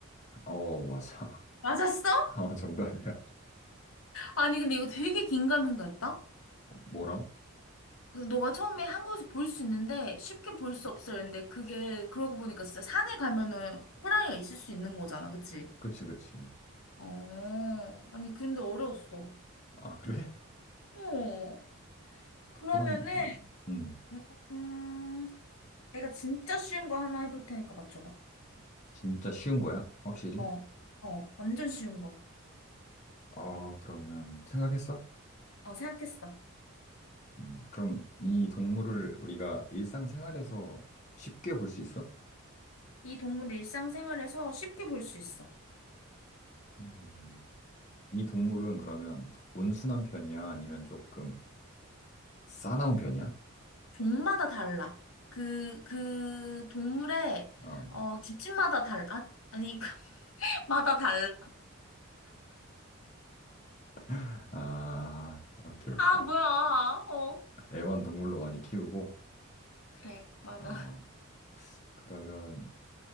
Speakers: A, on the left (about 35°); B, on the left (about 80°).
A: 어, 맞아. <laughs>
B: 맞았어?
A: 아, 정답이야.
B: 아니, 근데 이거 되게 긴가민가 했다?
A: 뭐랑?
B: 근데 너가 처음에 한국에서 볼 수 있는데 쉽게 볼 수 없어 이랬는데 그게 그러고 보니까 진짜 산에 가면은 호랑이가 있을 수 있는 거잖아, 그치?
A: 그치, 그치.
B: 어, 아니, 근데 어려웠어.
A: 아, 그래?
B: 어,
A: <laughs>
B: 그러면은,
A: 호랑이, 아, 음.
B: 음, 음, 내가 진짜 쉬운 거 하나 해볼 테니까 맞춰봐.
A: 진짜 쉬운 거야? 확실히?
B: 어, 어, 완전 쉬운 거.
A: 아, 그러면, 생각했어?
B: 어, 생각했어.
A: 음. 그럼 이 동물을 우리가 일상생활에서 쉽게 볼 수 있어?
B: 이 동물 일상생활에서 쉽게 볼 수 있어.
A: 음. 이 동물은 그러면 온순한 편이야? 아니면 조금 싸나운 편이야?
B: 종마다 달라. 그, 그 동물의,
A: 어.
B: 어, 집집마다 달라. 아, 아니, <laughs> 마다 달라.
A: <laughs> 아, 오케이, 오케이.
B: 아, 뭐야. 어.
A: 애완 동물로 많이 키우고,
B: 그래, 맞아.
A: 어, 그러면